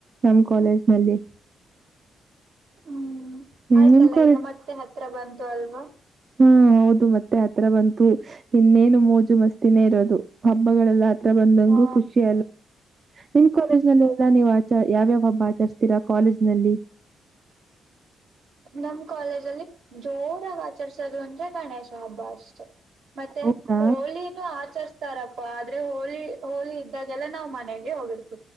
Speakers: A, on the right; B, on the right.
A: ನಮ್ಮ ಕಾಲೇಜ್ ನಲ್ಲಿ.
B: ಹ್ಮ್
A: ಹ್ಮ್
B: ಆಯ್ತಲ್ಲ
A: ನಿಮ್ ಕಾಲೇಜ್
B: ಈಗ ಮತ್ತೆ ಹತ್ರ ಬಂದು ಅಲ್ವಾ.
A: ಹಾ ಹೌದು ಮತ್ತೆ ಹತ್ರ ಬಂತು ಇನ್ನೇನು ಮೋಜು ಮಸ್ತಿನೇ ಇರೋದು ಹಬ್ಬಗಳೆಲ್ಲ. ಹತ್ರ ಬಂದಂಗೆ
B: ಹಾ
A: ಖುಷಿ ಅಲಿ ನಿಮ್ ಕಾಲೇಜ್ ನಿಂದ ಎಲ್ಲನೂ ಯಾವಾಗ ಹಬ್ಬ ಆಚರಿಸ್ತೀರಾ ಕಾಲೇಜ್ ನಲ್ಲಿ.
B: ನಮ ಕಾಲೇಜು ಅಲ್ಲಿ ಜೋರಾಗಿ ಆಚರಿಸುವುದು ಅಂದ್ರೆ ಗಣೇಶ ಹಬ್ಬ ಅಷ್ಟೇ. ಮತ್ತೆ
A: ಹೌದಾ
B: ಹೋಳಿನ ಆಚರಿ ತಾರಪ್ಪ ಆದ್ರೆ ಹೋಳಿ ಹೋಳಿ ಇದ್ದಾಗೆಲ್ಲ ನಾವು ಮನೆಗೆ ಹೋಗಿ